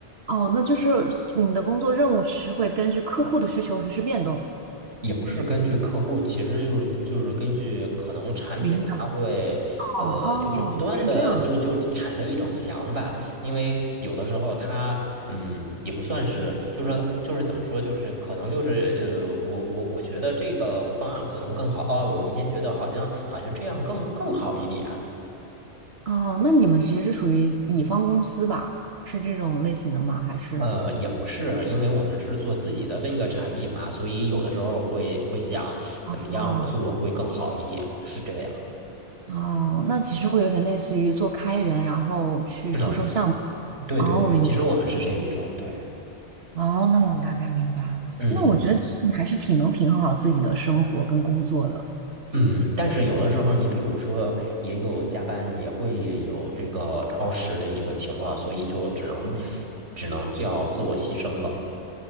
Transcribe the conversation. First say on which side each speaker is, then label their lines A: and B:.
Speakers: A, on the right; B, on the right.
A: 哦，那就是你的工作任务其实会根据客户的需求随时变动。
B: 也不是根据客户，其实就是就是根据可能产品，
A: 领导，
B: 它会呃，
A: 哦哦，
B: 就是不断的就就产生一种想法，
A: 是这样。
B: 因为有的时候它嗯也不算是，就是说就是怎么说，就是可能就是呃，我我我觉得这个方案可能更好哦，我明天觉得好像好像这样更更好一点。
A: 哦，那你们其实是属于乙方公司吧？是这种类型的吗？还是？
B: 呃，也不是，因为我们是做自己的这个产品嘛，所以有的时候会会想怎么样做会更好一点，
A: 哦
B: 是这样。
A: 哦，那其实会有点类似于做开源，然后去出售项目。
B: 是的。对对对，
A: 哦，我明白。
B: 其实我们是这一种，对，
A: 哦，那我大概明白了。
B: 嗯嗯，
A: 那我觉得其实你还是挺能平衡好自己的生活跟工作的。
B: 嗯，但是有的时候你比如说也有加班，也会有这个超时的一个情况，所以就只能只能要自我牺牲了。